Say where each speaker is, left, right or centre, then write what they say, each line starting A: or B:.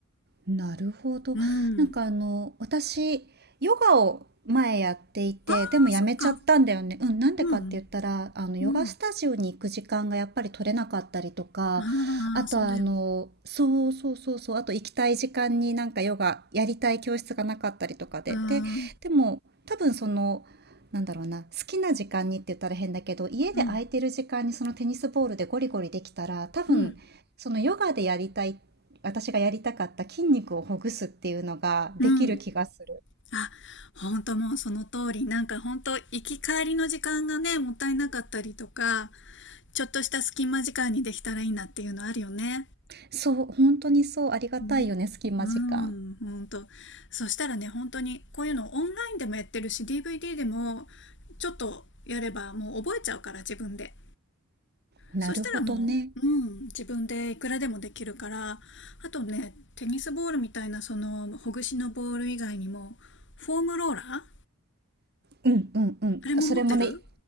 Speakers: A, on the right; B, on the left.
A: なるほど。
B: うん。
A: なんかあの、私、ヨガを前やっていて、
B: ああ、
A: でもやめちゃったんだよね。
B: そっか。
A: うん、なんでかって言ったら、
B: うん。
A: あの、ヨガスタジオに行く時間がやっぱり取れなかったりとか、
B: うん。ああ、
A: あとあの、
B: そうだよね。
A: そうそうそうそう、あと行きたい時間になんかヨガやりたい教室がなかったりとかで、
B: うーん。
A: で、でも多分その、なんだろうな、好きな時間にって言ったら変だけど、家で空いてる時間にそのテニスボールでゴリゴリできたら、
B: うん。
A: 多分、
B: うん。
A: そのヨガでやりたいっ私がやりたかった筋肉をほぐすっていうのができる気がする。
B: うん。あ、本当もうその通り。なんか本当行き帰りの時間がね、もったいなかったりとか、ちょっとした隙間時間にできたらいいなっていうのあるよね。
A: そう、本当にそう、ありがたいよね、
B: ね。
A: 隙間時間。
B: うん、本当。そしたらね、本当にこういうのオンラインでもやってるし、DVD でもちょっとやればもう覚えちゃうから自分で。
A: なるほどね。
B: そしたらもう、うん、自分でいくらでもできるから、あとね、テニスボールみたいなそのほぐしのボール以外にも、フォームローラーあ
A: うんうんうん。
B: れも持ってる
A: それもね、